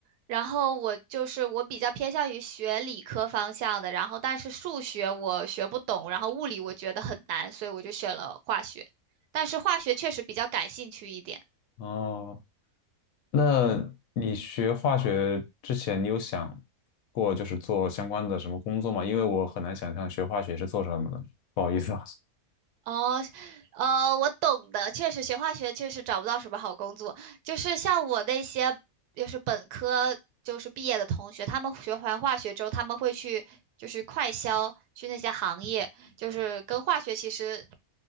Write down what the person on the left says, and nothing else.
哦，那你学化学之前，你有想过就是做相关的什么工作吗？因为我很难想象学化学是做什么的，不好意思啊。<laughs>